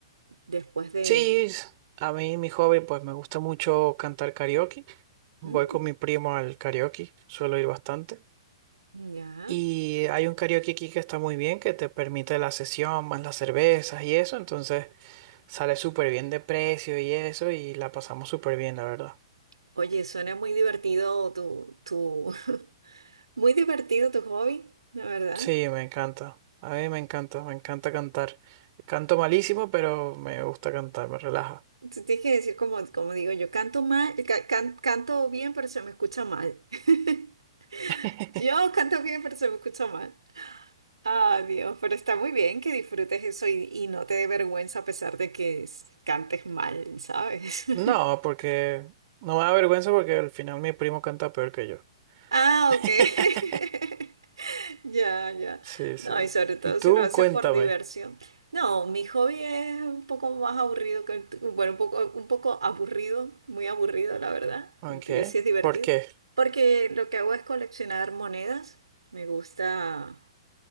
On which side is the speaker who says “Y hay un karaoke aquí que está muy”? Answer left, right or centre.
Right